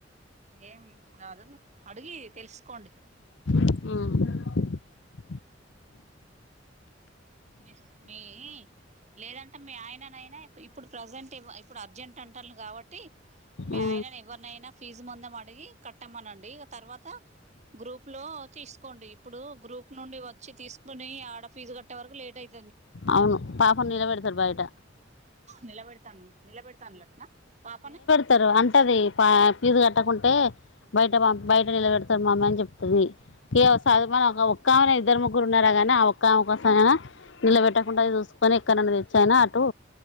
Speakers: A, on the right; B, on the left.
A: ఏం రాదు అడిగి తెలుసుకోండి
B: మ్
A: మిస్ మీ లేదంటే మీ ఆయననైనా ఇప్పుడు ప్రజెంట్ ఇప్పుడు అర్జెంట్ అంటాలు కాబట్టి ట్టి మీ
B: ఆ
A: ఆయనని ఎవరినైనా ఫీజు ముందం అడిగి కట్టామనండి తర్వాత గ్రూప్లో తీసుకోండి ఇప్పుడు గ్రూప్ నుండి వచ్చి తీసుకుని ఆడ ఫీజు కట్ ట్టే వరకు లేటయ్యి
B: అవును పాపను నిలబెడతారు బయట
A: నిలబెడతాన్ నిలబెడతాన్లట్న పాపని
B: తారు అంటది పా పీజు కట్టకుంటే బయట బయట నిలబెడతారు మమ్మి అని చెప్ తది ఎమో ఒక ఒక్కామెనె ఇద్దరు ముగ్గురు ఉన్నారా గాని ఆ ఒక్కామె కోసం అయిన నిలబెట్టకుండా చూసుకొని ఎక్కడ నుండైన తెచ్చాయినా అటు